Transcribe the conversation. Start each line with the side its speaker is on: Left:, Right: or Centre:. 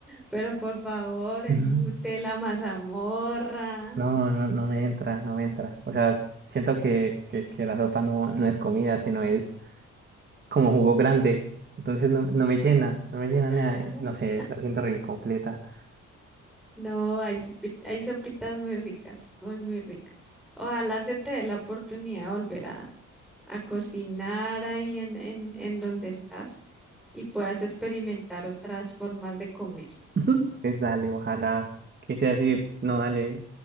Centre: pero por favor, el
Right: Ujú.
Centre: mute, la mazamorra.
Right: No, no, no me entra, no me entra. O sea, siento que, que, que la sopa no, no es comida, sino es como jugo grande. Entonces no, no me llena, no me llena
Centre: <laughs>
Right: nada. No sé, la siento re incompleta.
Centre: No, hay, sopi, hay sopitas muy ricas, muy, muy ricas. Ojalá se te dé la oportunidad de volver a, a cocinar ahí en, en, en donde estás y puedas experimentar otras formas de comer.
Right: <laughs> Ujú. Pues dale, ojalá. ¿Qué te iba a decir? No, dale.